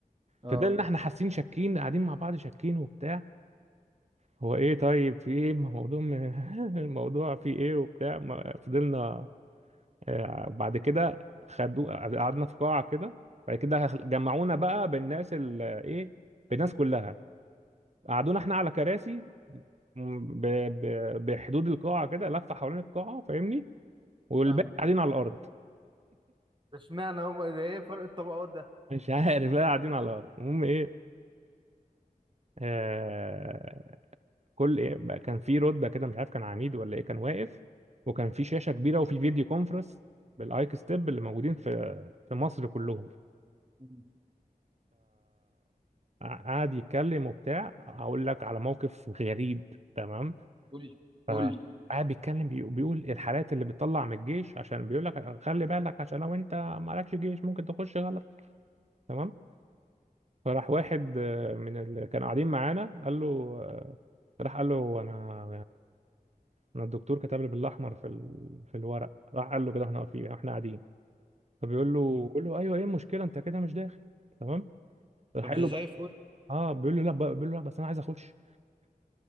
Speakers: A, on the right; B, on the right.
A: اه
B: فضلنا احنا حاسين شاكين قاعدين مع بعض شاكين وبتاع هو ايه طيب في ايه موضوع م... <laughs> الموضوع في ايه وبتاع ما فضلنا آه، بعد كده خدوا قعدنا في قاعة كده بعد كده جمعونا بقى بالناس ال... ايه بالناس كلها قعدونا احنا على كراسي م- ب... ب... بحدود القاعة كده لفة حوالين القاعة فاهمني والباقي
A: فاهمك
B: قاعدين على الأرض
A: ده اشمعنى هم ده ايه فرق الطبقات ده
B: مش عارف بقى قاعدين على الأرض المهم ايه آه، كل إيه بقى كان في رتبه كده مش عارف كان عميد ولا ايه كان واقف وكان في شاشه كبيره وفي فيديو كونفرنس بالايك ستيب اللي موجودين في في مصر كلهم
A: مم.
B: قع- قعد يتكلم وبتاع هقول لك على موقف غريب تمام
A: قول لي
B: فقعد
A: قول لي
B: بيتكلم بيقو- بيقول الحالات اللي بتطلع من الجيش عشان بيقول لك خلي بالك عشان لو انت مالكش جيش ممكن تخش غلط تمام فراح واحد آه، من اللي كانوا قاعدين معانا قال له آه، راح قال له انا انا الدكتور كتب لي بالاحمر في ال... في الورق راح قال له كده احنا واقفين يعني احنا قاعدين فبيقول له
A: مم.
B: بيقول له ايوه ايه المشكله انت كده مش داخل تمام راح
A: طب
B: قال
A: ده
B: له
A: زي
B: بس
A: الفل <laughs> قول
B: اه بيقول له لا بقى- بيقول له لا بس انا عايز اخش